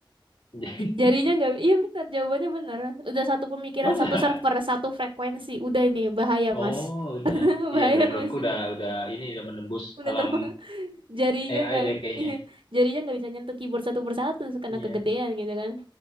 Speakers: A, on the left; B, on the right.
A: <laughs>
B: Jarinya nggak, iya bener jawabannya bener. Udah satu pemikiran,
A: Masa?
B: satu server, satu frekuensi. Udah ini bahaya
A: Oh,
B: mas,
A: udah.
B: <laughs>
A: Iya,
B: bahaya
A: Brandrodku
B: mas.
A: udah udah ini udah menembus
B: Udah
A: alam
B: terbang, <laughs> jarinya
A: AI
B: nggak,
A: dia kayaknya.
B: iya. jarinya nggak bisa nyentuh keyboard satu persatu karena
A: Iya,
B: kegedean gitu kan.